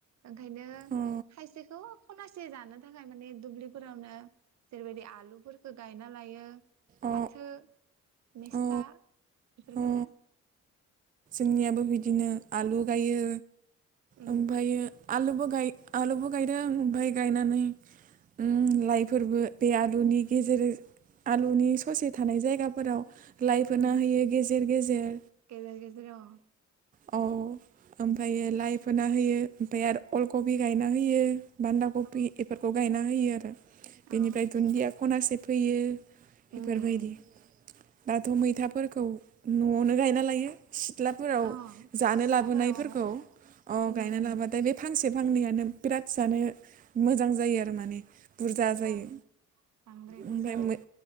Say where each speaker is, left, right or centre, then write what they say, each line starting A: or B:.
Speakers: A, on the right; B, on the right.
A: ओंखायनो
B: औ
A: खायसेखौ खनासे जानो थाखाय माने दुब्लिफोरावनो जेरै बायदि आलुफोरखौ गायना लायो
B: औ अ
A: फाथो, मिस्था
B: औ
A: बेफोरखौनो
B: औ जोंनियाबो बिदिनो आलु गायो
A: उम
B: ओमफायो आलुबो गाय आलुबो गायदों ओमफाय गायनानै उम लाइफोरबो बे आलुनि गेजेर आलुनि ससे थानाय जायगाफोराव लाइ फोना
A: उम
B: होयो गेजेर गेजेर।
A: <unintelligible>
B: अ, ओमफायो लाइ फोना होयो ओमफाय आरो अलकबि गायना होयो। बान्दा कबि
A: अ
B: इफोरखौ गायना होयो आरो। बेनिफ्राय
A: अ
B: दुन्दिया खनासे फोयो बेफोरबायदि।
A: उम उम
B: दाथ' मैथा फोरखौ न'आवनो गायना लायो। सिथ्लाफोराव
A: अ
B: जानो
A: सिथ्लाफोरावबाबो
B: लाबोनायफोरखौ अ
A: उम
B: गायना
A: उम
B: लाबाथाय बे फांसे फांनैयानो बिराद जानो मोजां जायो आरो माने। बुरजा जायो
A: ओं बांद्राय
B: ओमफ्राय
A: मोजां आरो
B: मोन